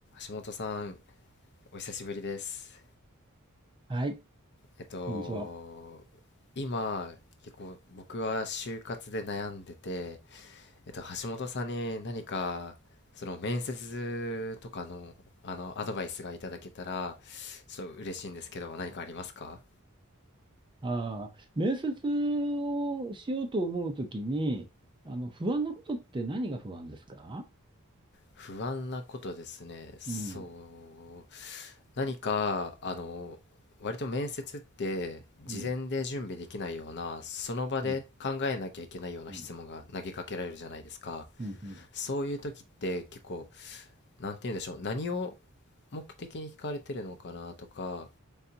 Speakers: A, on the left; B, on the right.
A: 橋本さん、お久しぶりです。
B: はい、
A: えっと、
B: こんにちは。
A: 今、結構僕は就活で悩んでて、えっと、橋本さんに何か、その面接とかの、あの、アドバイスがいただけたら、ちょっと嬉しいんですけど、何かありますか
B: ああ面接をしようと思うときに、あの、不安なことって何が不安ですか
A: 不安なことですね。そう。
B: うん、
A: 何か、あの、割と面接って事前で準備できないような、
B: うん、
A: その場で考えなきゃいけないような質問が投げかけられるじゃないですか。
B: うん、うん、うん。うん
A: そういう時って結構、なんて言うんでしょう、何を目的に聞かれてるのかなとか、